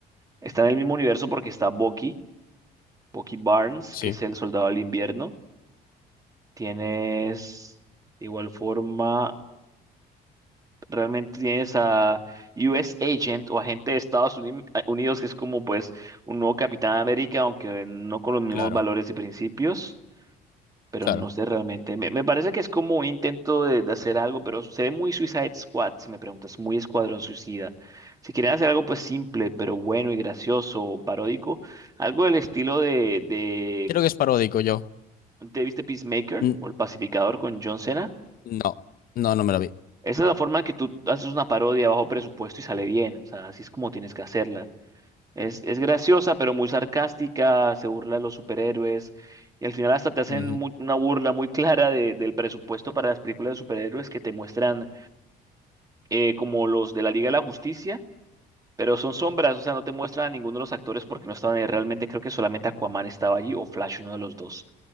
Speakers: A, on the right; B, on the left.
A: está en el mismo universo porque está Bucky, Bucky Barnes,
B: Sí,
A: que es el soldado del invierno. Tienes, de igual forma, realmente tienes a US Agent o agente de Estados Uni- Unidos, que es como pues un nuevo Capitán América, aunque no con los mismos
B: claro,
A: valores y principios. pero
B: claro.
A: no sé realmente. Me, me parece que es como un intento de, de hacer algo, pero se ve muy Suicide Squad, si me preguntas, muy Escuadrón Suicida. Si quieren hacer algo pues simple, pero bueno y gracioso o paródico, algo del estilo de, de
B: Creo que es paródico yo.
A: ¿te viste Peacemaker
B: N-
A: o El Pacificador con John Cena?
B: No, no, no me la vi.
A: Esa es la forma en que tú haces una parodia bajo presupuesto y sale bien, o sea, así es como tienes que hacerla. Es, es graciosa, pero muy sarcástica, se burla de los superhéroes y al final hasta te hacen
B: Ujú.
A: mu- una burla muy clara de- del presupuesto para las películas de superhéroes que te muestran eh, como los de la Liga de la Justicia. Pero son sombras, o sea, no te muestran a ninguno de los actores porque no estaban ahí. Realmente creo que solamente Aquaman estaba allí o Flash, uno de los dos,